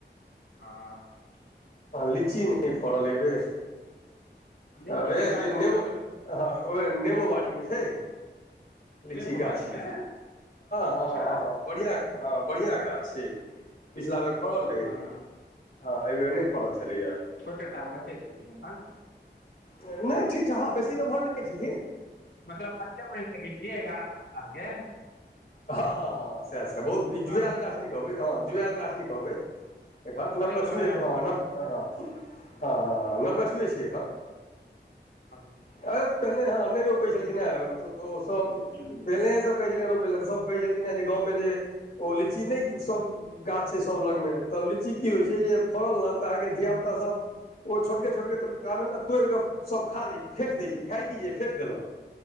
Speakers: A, on the left (about 85°); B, on the left (about 55°).
A: आ आ आ।
B: लीची नहि फड़ल अय बेर
A: कतऽ लीचीके
B: ऐह
A: गाछ
B: जे
A: कोन
B: नेबो। हँ ओ नेबो बाड़ी मे छैय। लीची
A: बोआरी
B: गाछ
A: मे
B: हँ हँ
A: अच्छा
B: हँ। बढ़िया हँ बढ़िया गाछ छैय पिछला बेर फड़ल रहय।
A: हँ
B: हा एहिबेर नहि फड़ल छलैया।
A: छोटे टा बच्चे छथिन अपन।
B: नय ठीक ठाह हँ बेसी नम्हर नय छेथिन।
A: मतलब बच्चे माइन सकै छियै एगारह बारह सालके।
B: हँ हँ हँ हँ सैह सब‌ बहुत निक। जुऐल
A: हँ
B: गाछ नहि कहबै हँ जुऐल गाछ नहि कहबै एखन
A: ताहि
B: नवगछुए
A: दुआरे
B: हँ नव। हँ हँ हँ हँ नवगछुवे छैय अखन।
A: हम
B: अय पहिले ह नहि रोपै छलखिन हैं ओ सब।
A: किहौ।
B: पहिलहे स कहय छलियैय ये रोपय लै त सब कहय छलखिनहैं जे गांव में जे ओ लिच्ची नय सब गा छै सभ लगमे तऽ लीची की होइ छैय जे फड़ल न तऽ अहाँके धियाापुतासभ। ओ छोटके छोटकेटटा मे न तोइर क सब खा लै छैय फेक दैय छैय। खाय की जे फेक देलहक